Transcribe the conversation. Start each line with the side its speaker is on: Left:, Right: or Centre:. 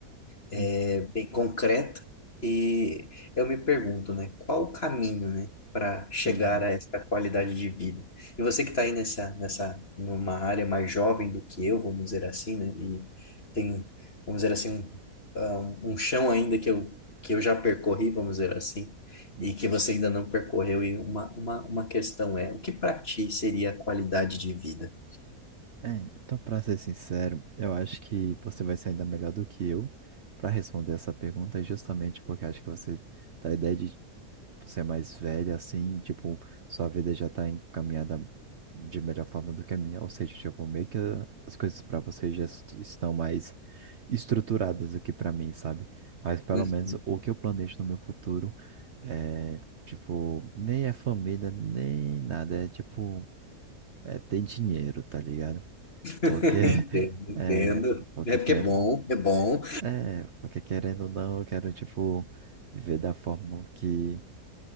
Left: é
Right: hum,
Left: bem concreta e eu me pergunto, né, qual o caminho, né, para chegar
Right: uhum,
Left: a essa qualidade de vida? E você que está aí nessa, nessa, numa área mais jovem do que eu, vamos dizer assim, né, e tem, vamos dizer assim, um, ah, um chão ainda que eu, que eu já percorri, vamos dizer assim,
Right: hum.
Left: e que você ainda não percorreu, e uma, uma, uma questão é, o que para ti seria a qualidade de vida?
Right: É, então, pra ser sincero, eu acho que você vai ser ainda melhor do que eu para responder essa pergunta, justamente porque eu acho que você tá a ideia de ser mais velha, assim, tipo, sua vida já tá encaminhada de melhor forma do que a minha, ou seja, tipo, meio que as coisas para você já est- estão mais estruturadas do que para mim, sabe? Mas pelo
Left: Uhum.
Right: menos o que eu planejo no meu futuro. É, tipo, nem é família, nem nada. É tipo, é ter dinheiro, tá ligado?
Left: <laughs>
Right: Porque, <laughs>
Left: Entendo, entendo.
Right: é, porque
Left: É porque
Right: quer,
Left: é bom, é bom.
Right: é, porque querendo ou não, eu quero, tipo, viver da forma que